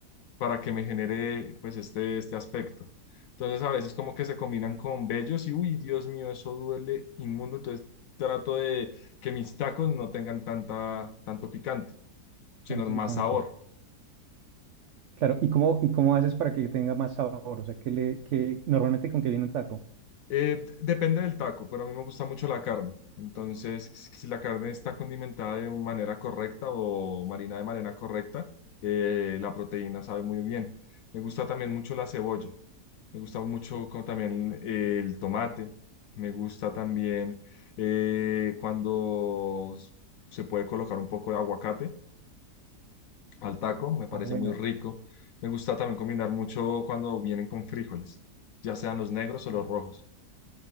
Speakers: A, on the left; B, on the right.
A: para que me genere pues este, este aspecto. Entonces a veces como que se combinan con vellos y uy, Dios mío, eso duele inmundo. Entonces trato de que mis tacos no tengan tanta, tanto picante. sino
B: Tan picante.
A: más sabor.
B: Claro, ¿y cómo, y cómo haces para que tenga más sabor? O sea, que le, que normalmente con qué viene un taco.
A: Eh, depende del taco, pero a mí me gusta mucho la carne. Entonces, si si la carne está condimentada de manera correcta o marina de manera correcta, eh, la proteína sabe muy bien. Me gusta también mucho la cebolla. Me gusta mucho como también eh, el tomate. Me gusta también eh, cuando s- se puede colocar un poco de aguacate al taco. Me parece
B: Ah, bueno.
A: muy rico. Me gusta también combinar mucho cuando vienen con frijoles, ya sean los negros o los
B: Ah.
A: rojos.